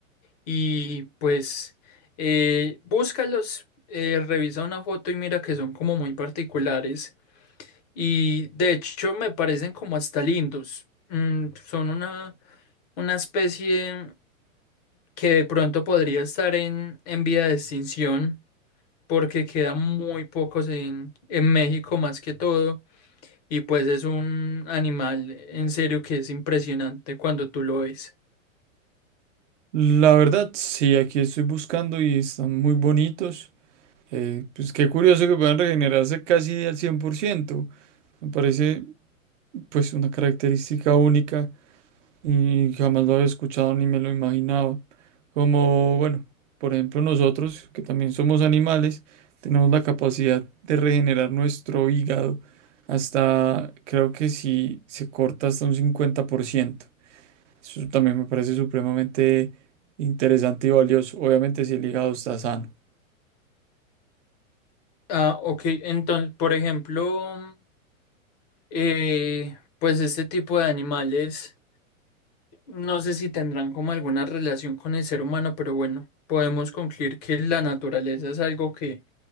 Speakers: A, on the left; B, on the right.
A: Y pues, eh, búscalos, eh, revisa una foto y mira que son como muy particulares. Y de hecho, me parecen como hasta lindos. Mm, son una, una especie que de pronto podría estar en, en vía de extinción porque quedan muy pocos en, en México más que todo, y pues es un animal en serio que es impresionante cuando tú lo ves.
B: La verdad, sí, aquí estoy buscando y están muy bonitos. Eh, pues qué curioso que puedan regenerarse casi al 100%. Me parece pues una característica única y jamás lo había escuchado ni me lo imaginaba. Como, bueno, por ejemplo nosotros, que también somos animales, tenemos la capacidad de regenerar nuestro hígado hasta, creo que si se corta hasta un 50%. Eso también me parece supremamente interesante y valioso. Obviamente, si el hígado está sano.
A: Ah, ok, entonces, por ejemplo, eh, pues este tipo de animales, no sé si tendrán como alguna relación con el ser humano, pero bueno, podemos concluir que la naturaleza es algo que,